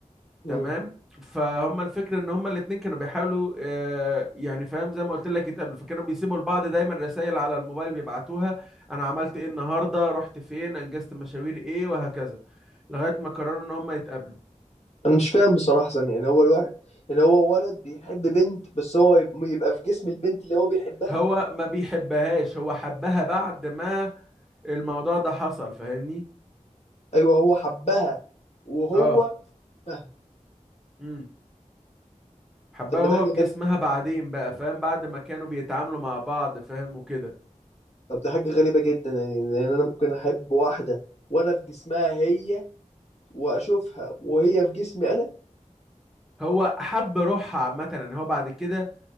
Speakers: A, on the left; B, in the centre.
A: امم
B: تمام فهم الفكرة ان هما الاتنين كانوا بيحاولوا آه، يعني فاهم زي ما قلت لك يتقابلوا فكانوا بيسيبوا لبعض دايما رسائل على الموبايل بيبعتوها انا عملت ايه النهاردة رحت فين انجزت مشاوير ايه وهكذا لغاية ما قرروا ان هما يتقابلوا
A: انا مش فاهم بصراحه ثانية. يعني هو الواحد يعني هو ولد بيحب بنت بس هو يب- يبقى في جسم البنت اللي هو بيحبها
B: هو ما بيحبهاش هو حبها بعد ما الموضوع ده حصل فاهمني
A: ايوه هو حبها وهو
B: اه
A: مه.
B: مم. حبها
A: طب ما
B: وهو
A: ده حاجه
B: في جسمها
A: غريبه
B: بعدين بقى فاهم بعد ما كانوا بيتعاملوا مع بعض فاهم وكده
A: طب ده حاجه غريبه جدا يعني لان انا ممكن احب واحده وانا في جسمها هي واشوفها وهي في جسمي انا
B: هو حب روحها عامة يعني هو بعد كده